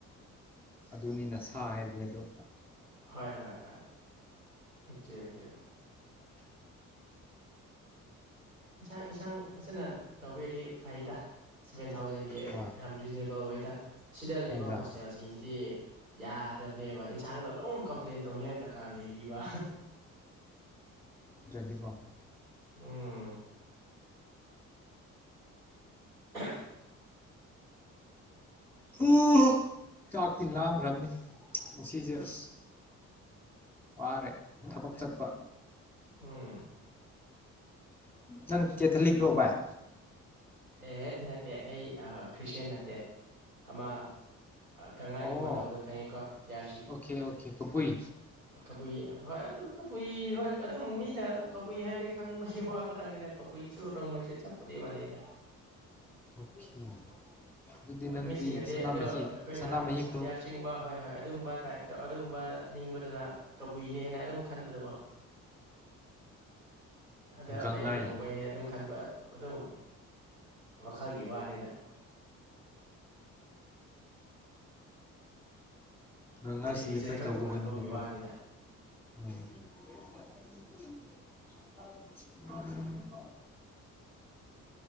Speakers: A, in the centre; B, on the right.
A: ꯑꯗꯨꯅꯤꯅ ꯁꯥ ꯍꯥꯏꯁꯦ ꯑꯗꯣ
B: ꯍꫭꯏ ꯍꫭꯏ ꯍꫭꯏ ꯑꫭꯀꯦ ꯑꫭꯀꯦ ꯏꯟꯁꯥꯡ ꯏꯟꯁꯥꯡ ꯐꯖꯅ ꯇꯧꯕꯤꯔꯗꯤ ꯐꯩꯗ ꯁꯚꯦꯟ ꯊꯥꯎꯖꯟꯒꯤ
A: ꯍꯣꯏ
B: ꯌꯥꯝ ꯔꯤꯖꯅꯦꯕꯜ ꯑꯣꯏꯗ ꯑꯁꯤꯗ ꯂꯩꯕ
A: ꯍꯣꯏꯗ
B: ꯍꯣꯁꯇꯦꯜꯁꯤꯡꯁꯤꯗꯤ ꯌꯥꯗꯕꯅꯦꯕ ꯏꯟꯁꯥꯡꯗ ꯑꯗꯨꯝ ꯀꯝꯄ꯭ꯂꯦꯟ ꯇꯧꯅꯤꯡꯉꯥꯏ ꯗꯔꯀꯥꯔ ꯂꯩꯔꯤꯕ
A: ꯗꯤꯄꯥ
B: ꯎꯝ ꯈ <unintelligible>
A: ꯑꯣ ꯆꯥꯛꯇꯤ ꯂꯥꯡꯈ꯭ꯔꯕꯅꯤꯁꯦ ꯑꯁ ꯋꯥꯔꯦ ꯊꯕꯛ ꯆꯠꯄ
B: ꯎꯝ
A: ꯅꯪ ꯀꯦꯊꯂꯤꯛ ꯔꯣ ꯕꯥꯏ
B: ꯑꯦ ꯍꯦꯛ ꯅꯠꯇꯦ ꯑꯩ ꯈ꯭ꯔꯤꯁꯇꯌꯥꯟ ꯅꯠꯇꯦ ꯑꯃ ꯒꯪꯉꯥꯏꯒꯨꯝꯕ
A: ꯑꯣ
B: ꯇꯧꯗ ꯈꯪꯉꯦꯀꯣ ꯇꯤꯌꯥꯥꯔ ꯁꯤ
A: ꯑꯣꯀꯦ ꯑꯣꯀꯦ ꯀꯕꯨꯏ
B: ꯀꯕꯨꯏ ꯍꯣꯏ ꯑꯗꯨ ꯀꯕꯨꯏ ꯍꯣꯏ ꯑꯗꯨꯝ ꯃꯤꯅ ꯑꯗꯨꯝ ꯀꯕꯨꯏ ꯍꯥꯏꯔꯗꯤ ꯈꯪꯕꯒꯤ ꯋꯥ ꯈꯛꯇꯪꯅꯤꯗ ꯀꯕꯨꯏꯁꯨ ꯔꯣꯡꯃꯩꯁꯨ ꯆꯞꯄꯨꯗꯤ ꯃꯟꯅꯩꯗ
A: <unintelligible> ꯅꯪꯗꯤ
B: ꯃꯤꯁꯤꯡꯅꯗꯤ
A: ꯁꯅꯥꯃꯍꯤ
B: ꯑꯗꯣ ꯑꯩꯈꯣꯏꯅ
A: ꯁꯅꯥꯃꯍꯤ
B: ꯑꯇꯤꯌꯥꯔꯁꯤꯡꯒꯨꯝꯕ
A: ꯈꯨꯔꯨꯝ
B: ꯍꯣꯏ ꯍꯣꯏ ꯑꯗꯨꯒꯨꯝꯕ ꯇꯥꯏꯞꯇ ꯑꯗꯨꯒꯨꯝꯕ ꯅꯤꯡꯕꯗꯨꯅ ꯀꯕꯨꯏꯅꯦ ꯍꯥꯏꯅ ꯑꯗꯨꯝ ꯈꯟꯕꯗꯀꯣ ꯑꯗ
A: ꯒꯪꯉꯥꯏ
B: ꯑꯇꯩ ꯅꯔꯣꯛꯃꯩꯅꯦ ꯑꯗꯨꯝ ꯈꯟꯕ ꯑꯗꯨꯝ ꯋꯥꯈꯜꯒꯤ ꯋꯥꯅꯤꯗ
A: ꯒꯪꯉꯥꯏ
B: ꯔꯤꯂꯤꯖꯟ
A: ꯁꯦꯂꯦꯕ꯭ꯔꯦꯠ
B: ꯈꯛ
A: ꯇꯧꯕ
B: ꯇꯣꯉꯥꯟꯕꯒꯤ
A: ꯈꯣꯏꯅꯤꯅꯀꯣ
B: ꯋꯥꯅꯤꯗ
A: ꯎꯝ <unintelligible>